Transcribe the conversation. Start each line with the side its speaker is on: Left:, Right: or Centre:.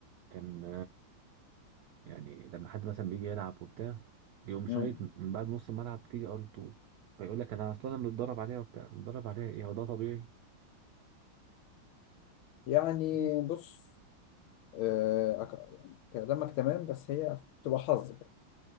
Right: كان يعني لما حد مثلا بيجي يلعب وبتاع يقوم شايط
Left: مم.
Right: من بعد نص الملعب تيجي ار 2 فيقول لك انا اصلا انا متدرب عليها وبتاع متدرب عليها ايه هو ده طبيعي
Left: يعني
Right: مم.
Left: بص آه أك- يعني كلامك تمام بس هي بتبقى حظ بقى.